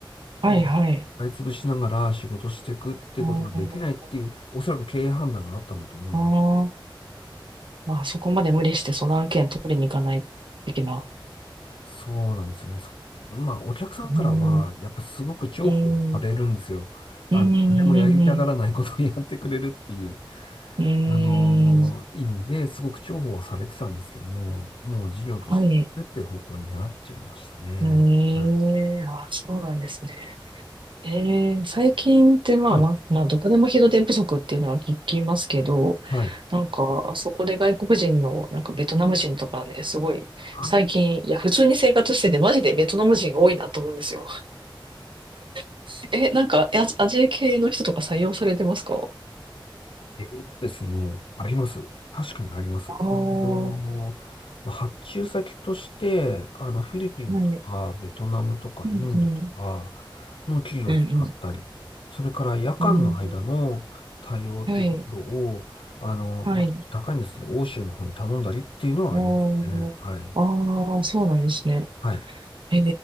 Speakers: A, on the left; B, on the right.
A: で、
B: いはい。
A: 使い潰しながら仕事していくってことができないっていう、
B: あー
A: おそらく経営判断があったんだと思います。
B: あー、まあそこまで無理してその案件取りに行かない的な。
A: そうなんですよね。そまあ、お客さんからは、
B: うーん、
A: やっぱすごく重宝されるんですよ。
B: うん、う
A: あの、
B: ん、うん、
A: 誰もやりたがらないことをやってくれるっていう。
B: うん
A: あのー意味ですごく重宝はされてたんですけども、もう事業としてやるっていう方向になっちゃいましたね。
B: はい。ええ、
A: はい。
B: あ、そうなんですね。ええ最近ってまあまあ、
A: はい。
B: まあ、どこでも人手不足っていうのは聞きますけど、
A: はい。
B: なんか、あそこで外国人の、なんかベトナム人とかね、すごい、
A: あ
B: 最近、いや、普通に生活してて、マジでベトナム人が多いなと思うんですよ。<laughs> え、なんか、アジアジア系の人とか採用されてますか
A: えーとですね、あります。確かにあります。
B: ああー、
A: あのーまあ発注先として、あの、フィリピンとか、
B: はい。
A: ベトナムとか、
B: うん、
A: インドとか
B: うん。
A: の企業を使ったり、
B: うん
A: それから夜間の間の対応っていうところを、
B: うん、うん。はい、
A: あの、
B: はい。
A: まあ、ちょっと高いんですけど、欧州の方に頼んだりっていうのはありますね。
B: あーあー、
A: はい。
B: そうなんですね。
A: はい。
B: え